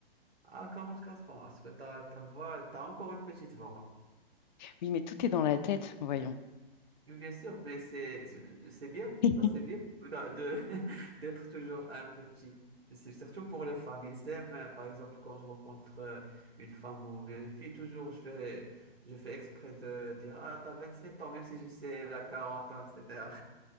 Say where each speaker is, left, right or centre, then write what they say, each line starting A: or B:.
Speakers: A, on the right; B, on the left.
A: à 44 ans. Est-ce que ta, ta voix, tu as encore une petite voix?
B: Oui, mais tout est dans la tête, voyons.
A: Oui, bien sûr, mais c'est, c'est c'est bien,
B: <laughs>
A: c'est bien de, de- <laughs> d'être toujours un peu petit. C'est surtout pour les femmes. Ils aiment, euh, par exemple, quand je rencontre euh, une femme ou bien une fille, toujours je fais, je fais exprès de dire, Ah, t'as 27 ans, même si je sais, la 40 ans, etc.